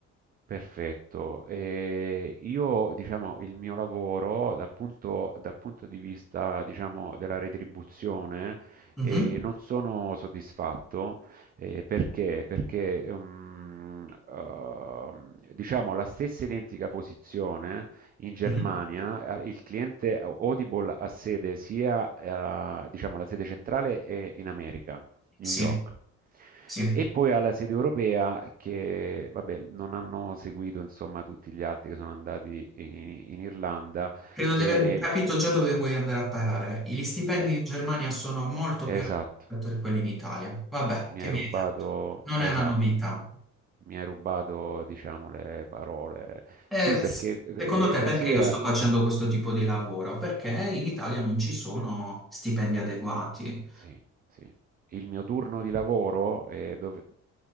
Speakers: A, on the right; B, in the centre.
A: Perfetto. E io, diciamo, il mio lavoro dal punto, dal punto di vista, diciamo, della retribuzione,
B: Mhm,
A: eh, non sono soddisfatto, eh, perché? Perché, um, ehm, diciamo, la stessa identica posizione in Germania,
B: mhm.
A: eh, il cliente Audible ha sede sia, eh, diciamo, la sede centrale è in America, New
B: Sì,
A: York.
B: sì.
A: E poi alla sede europea che, vabbè, non hanno seguito insomma tutti gli altri che sono andati in, in Irlanda.
B: Credo
A: E,
B: di aver capito già dove vuoi andare a parare. Gli stipendi
A: eh,
B: in Germania sono molto
A: esatto,
B: più alti rispetto a quelli in Italia. Vabbè,
A: mi
B: che
A: hai
B: mi
A: rubato,
B: hai detto? Non
A: esatto,
B: è una novità.
A: mi, mi hai rubato diciamo le parole.
B: E
A: Sì, perché eh,
B: secondo te
A: considera...
B: perché io sto facendo questo tipo di lavoro? Perché in Italia non ci sono stipendi adeguati.
A: Sì, sì. Il mio turno di lavoro è, dove-